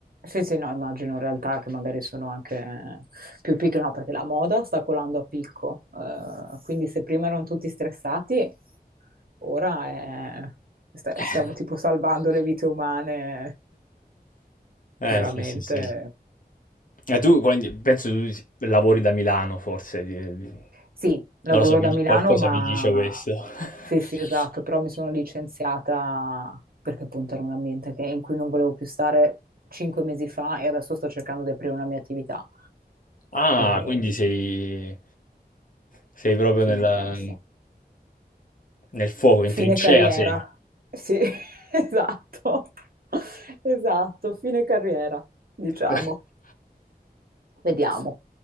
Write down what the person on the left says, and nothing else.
<laughs>
Eh
sì, sì, sì. E tu quindi penso tu si- lavori da Milano forse, di- di-
non lo so, mi
di-
qualcosa
mi dice questo. <laughs>
Ah,
quindi sei, sei proprio
nella-
nel fuoco,
in trincea
sei.
<laughs>